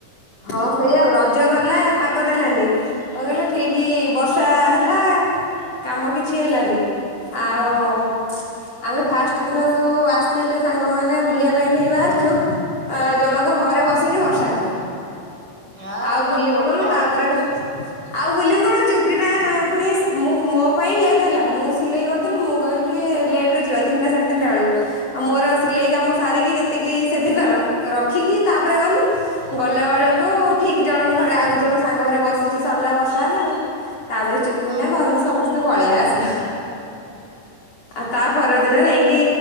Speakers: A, on the left; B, on the right.
A: ହଁ ସେଇ ଆଉ ରଜ ଗଲା ପାଗ ଦେଲାନି। କଣ କହିଲ ଠିକ ବର୍ଷା ହେଲା କାମ କିଛି ହେଲାନି।
B: ଉୁଁ
A: ଆଉ
B: ହୁଁ
A: ଆମେ ଫାଷ୍ଟ ଦିନ ସବୁ ଆସି ଥିଲେ ସାଙ୍ଗମାନେ ବୁଲିବା ପାଇଁ ଠିକ ବାହାରୁଛୁ ଅ ଜଣଙ୍କ ଘରେ ବସିଛୁ ବର୍ଷା ହେଲା।
B: ଆ
A: ଆଉ
B: ପୁରା
A: ବୁଲିବୁ
B: ବଢିଆ
A: କଣ ତାପରେ
B: ଆଉ।
A: ଘ ଆଉ ବୁଲିବୁ କଣ ଚୁପକିନା ପୁଣି ମୁଁ ମୋ ପାଇଁ ଲେଟ ହେଲା। ମୁଁ ସିଲେଇ କରୁଥିଲି ମୁଁ କହିଲି ଟିକେ ଲେଟ ଅଟରେ ଯିବା ତିନଟା ସାଢେ଼ ତିନିଟା ବେଳକୁ ଆଉ ମୋର ସିଲେଇ କାମ ସାରିକି ଯେତିକି ସେଦିନର ରଖିକି ତାପରେ ଗଲି। ଗଲା ବେଳକୁ ଠିକ ଜଣ ଘରେ ଆଗୁ ଜଣ ସାଙ୍ଗ ଘରେ ବସିଛି ସରିଲା ବର୍ଷା ହେଲା। ଆ ତାପରେ ଚୁପକିନା
B: ହଁ ହଁ
A: ଘରକୁ ସମସ୍ତେ ପଳେଇ ଆସିଲୁ। ଆଉ ତା ପରଦିନ ଯାଇକି